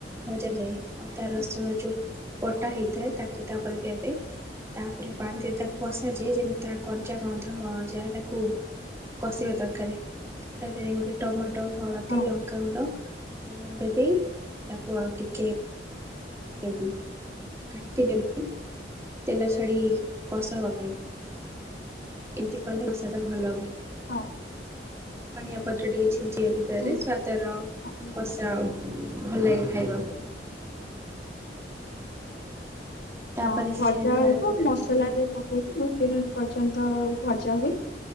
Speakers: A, on the right; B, on the left.
A: ଭଜା ଯାଏ ଅ ତା ରସୁଣ ଯୋଉ ପଟା ହେଇଥାଏ ତାକୁ ତାପରେ ଦେବେ। ତାପରେ ପାଣି ଦେଇ ତାକୁ କସାାଯାଏ ଯେମିତି ତା କଞ୍ଚା ଗନ୍ଧ ଯାଏ ତାକୁ କଷିବା ଦରକାର ତା ଦେହରେ ଟମାଟୋ ହଳଦୀ
B: ହଁ
A: ଲଙ୍କାଗୁଣ୍ଡ ଧନିଆ ଗୁଣ୍ଡ ଦେଇ ତାକୁ ଆଉ ଟିକେ <inaudible> ତେଲ ଛାଡି କଷା ହେବା ପାଇଁ ଏମିତି କଲେ କଷା ଟା ଭଲ ହୁଏ।
B: ହଁ।
A: ଧନିଆ ପତ୍ର ଟିକେ ଛିଞ୍ଚିବା ଭିତରେ
B: ହଁ
A: ସ୍ଵାଦର
B: ଆଉ
A: କଷା ହୁଏ। ଖାଇବାକୁ। ତାପରେ
B: ହ
A: ସିଝା
B: ଭଜା
A: ଯାଇଥିବା
B: ହୁଏ
A: ଆଳୁକୁ ତା
B: ମସଲା
A: ଦେହରେ
B: ଟିକେ ପକେଇକି ଦେଇ କି ଘାଣ୍ଟି ପର୍ଯ୍ୟନ୍ତ ଭଜା ହୁଏ।